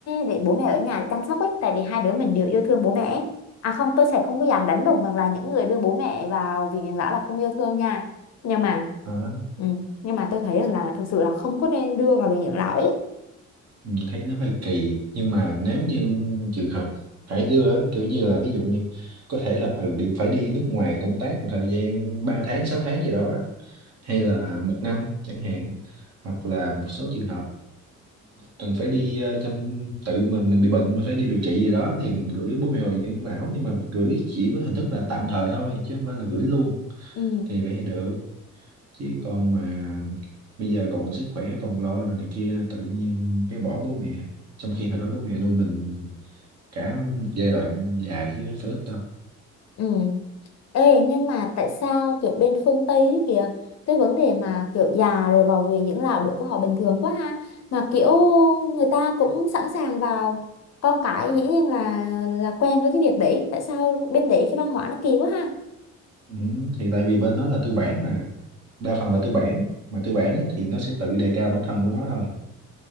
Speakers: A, on the left (about 60°); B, on the right (about 55°).
A: để bố mẹ ở nhà chăm sóc ấy tại vì hai đứa mình đều yêu thương bố mẹ ấy. à không tôi sẽ không có dám đánh đồng rằng là những người đưa bố mẹ vào viện养lão là không yêu thương nha nhưng mà
B: Ờ.
A: ừm, nhưng mà tôi thấy rằng là thực sự là không có nên đưa vào viện养lão ấy
B: mình thấy nó hơi kỳ nhưng mà nếu như trường hợp phải đưa á, kiểu như là ví dụ như có thể là ừ đi phải đi nước ngoài công tác một thời gian 3 tháng 6 tháng gì đó hay là một năm chẳng hạn hoặc là một số trường hợp cần phải đi ờ, chăm tự mình mình bị bệnh mà phải đi điều trị gì đó thì mình gửi bố mẹ vào dưỡng lão nhưng mà gửi chỉ với hình thức là tạm thời thôi chứ không phải là gửi luôn
A: ừ
B: thì vậy thì được chứ còn mà bây giờ còn sức khỏe còn lo rồi này kia tự nhiên cái bỏ bố mẹ trong khi hồi đó bố mẹ nuôi mình cả một giai đoạn dài chứ không phải ít đâu
A: ừ Ê, nhưng mà tại sao kiểu bên phương Tây ấy kìa cái vấn đề mà kiểu già rồi vào viện dưỡng lão đối với họ bình thường quá ha mà kiểu người ta cũng sẵn sàng vào con cái dĩ nhiên là là quen với cái việc đấy tại sao bên đấy cái văn hóa nó kỳ quá ha
B: ừ, thì tại vì bên đó là tư bản mà đa phần là tư bản mà tư bản á, thì nó sẽ tự đề cao bản thân của nó thôi